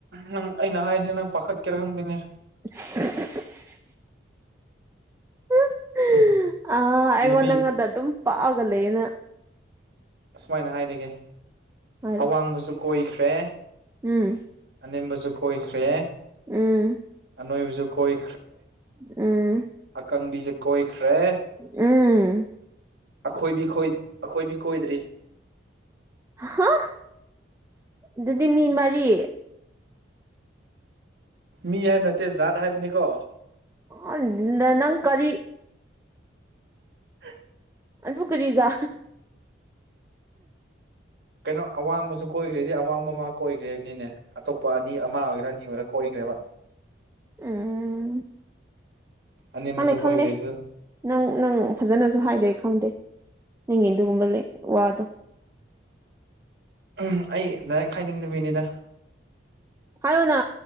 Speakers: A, on the right (about 60°); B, on the right (about 15°).
A: ꯅꯪ ꯑꯩꯅ ꯍꯥꯏꯔꯗꯤ ꯅꯪ ꯄꯥꯈꯠꯀꯦꯔꯥ ꯈꯪꯗꯦꯅꯦ
B: <unintelligible> <unintelligible>
A: ꯎꯝ
B: ꯑꯥ ꯑꯩꯉꯣꯟ
A: ꯅꯨꯄꯤ
B: ꯅꯪꯉꯣꯟꯗ ꯑꯗꯨꯝ ꯄꯥꯛꯑꯒ ꯂꯩꯌꯦ ꯅꯪ
A: ꯑꯁꯨꯃꯥꯏꯅ ꯍꯥꯏꯔꯤꯒꯦ
B: ꯍꯥꯏꯔꯣ
A: ꯑꯋꯥꯡꯕꯁꯨ ꯀꯣꯏꯈ꯭ꯔꯦ
B: ꯎꯝ
A: ꯅꯦꯝꯕꯖꯨ ꯀꯣꯏꯈ꯭ꯔꯦ
B: ꯎꯝ
A: ꯑꯅꯣꯏꯕꯖꯨ ꯀꯣꯏ
B: ꯎꯝ
A: ꯀꯪꯕꯤꯖꯨ ꯀꯣꯏꯈ꯭ꯔꯦ
B: ꯎꯝ
A: ꯑꯈꯣꯏꯗꯤ ꯈꯣꯏ ꯑꯈꯣꯏꯗꯤ ꯀꯣꯏꯗ꯭ꯔꯤ
B: ꯑꯍꯥ ꯑꯗꯨꯗꯤ ꯃꯤ ꯃꯔꯤ
A: ꯃꯤ ꯍꯥꯏꯕ ꯅꯠꯇꯦ ꯖꯥꯠ ꯍꯥꯏꯕꯅꯤꯀꯣ
B: ꯑ ꯅ ꯅꯪ ꯀꯔꯤ
A: <inaudible>
B: ꯑꯗꯨ ꯀꯔꯤꯔ
A: ꯀꯩꯅꯣ ꯑꯋꯥꯡꯕꯁꯨ ꯀꯣꯏꯒ꯭ꯔꯦꯗꯤ ꯑꯋꯥꯡꯕꯝꯃꯥ ꯀꯣꯏꯒ꯭ꯔꯦꯅꯤꯅꯦ ꯑꯇꯣꯞꯄ ꯑꯅꯤ ꯑꯃ ꯑꯣꯏꯒꯦꯔꯥ ꯑꯅꯤ ꯀꯣꯏꯒ꯭ꯔꯦ ꯀꯩꯕꯥ
B: ꯎꯝ
A: ꯑꯅꯦꯝꯕꯁꯨ
B: ꯈꯪꯗꯦ ꯈꯪꯗꯦ
A: ꯀꯣꯏꯈ꯭ꯔꯦ ꯑꯗꯨ
B: ꯅꯪ ꯅꯪ ꯐꯖꯅꯖꯨ ꯍꯥꯏꯗꯦ ꯈꯪꯗꯦ ꯅꯪꯒꯤ ꯑꯗꯨꯒꯨꯝꯕ ꯂꯩ ꯋꯥꯗꯣ
A: ꯎꯝ ꯑꯩ ꯗꯥꯏꯔꯦꯛ ꯍꯥꯏꯅꯤꯡꯗꯕꯩꯅꯤꯗ
B: ꯍꯥꯏꯔꯣꯅꯥ